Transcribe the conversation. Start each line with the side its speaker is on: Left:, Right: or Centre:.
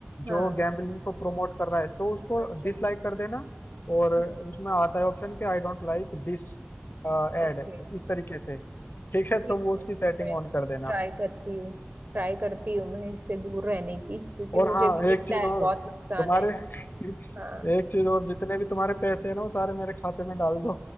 Right: हाँ
Left: जो गैम्बलिंग को प्रमोट कर रहा है तो उसको
Right: अच्छा
Left: डिसलाइक कर देना और
Right: हम्म
Left: उसमें आता है ऑप्शन कि I don't like this ad
Right: ओके
Left: इस तरीके से ठीक है
Right: ठीक
Left: तो वो उसकी
Right: है
Left: सेटिंग
Right: मैं
Left: ऑन कर देना
Right: ट्राई करती हूँ ट्राई करती हूँ मैं इससे दूर रहने की क्योंकि
Left: और
Right: मुझे
Left: हाँ
Right: भी दिखता
Left: एक चीज
Right: है
Left: और
Right: बहुत नुकसान
Left: तुम्हारे
Right: है
Left: <laughs>
Right: हाँ
Left: एक चीज और जितने भी तुम्हारे पैसे हैं ना वो सारे मेरे खाते में डाल दो